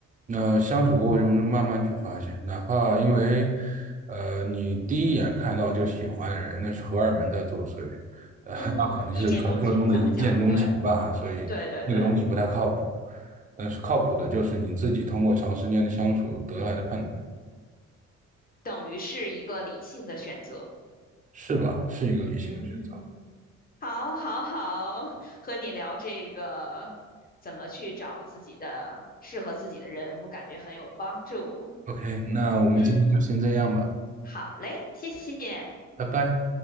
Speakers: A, on the right; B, on the left.
A: 那相处过程中就慢慢去发现，哪怕因为，呃，你第一眼看到就喜欢的人，那是荷尔蒙在作祟，呃，
B: 嗯，
A: <laughs> 那可能是传说中的一见钟情吧，
B: 一见钟情，咱们讲，对
A: 所以那个东西不太靠谱。
B: 对对对，
A: 但是靠谱的就是你自己通过长时间的相处得来的判断，
B: 等于是一个理性的选择，
A: 是吧？是一个理性的选择。
B: 嗯。好，好，好，和你聊这个怎么去找自己的适合自己的人，我感觉很有帮助。
A: OK，那我们今天就先这样吧，
B: 嗯，好嘞，谢谢。
A: 拜拜。